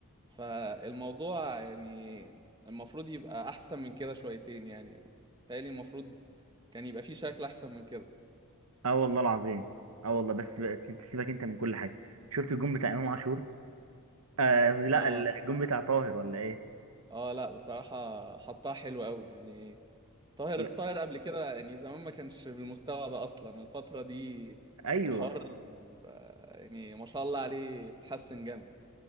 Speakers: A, on the right (about 20°); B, on the right (about 80°).
A: فالموضوع يعني المفروض يبقى أحسن من كده شويتين يعني بيتهيألي المفروض كان يبقى في شكل أحسن من كده
B: اه والله العظيم اه والله بس بس انت سيبك انت من كل حاجه شفت الجون بتاع امام عاشور آه، قصدي لا
A: اه
B: الجون بتاع طاهر ولا ايه
A: اه لا بصراحة حطها حلو قوي يعني طاهر
B: يا-
A: طاهر قبل كده يعني زمان ما كانش بالمستوى ده اصلا الفترة دي
B: ايوه
A: الحوار آه، يعني ما شاء الله عليه اتحسن جامد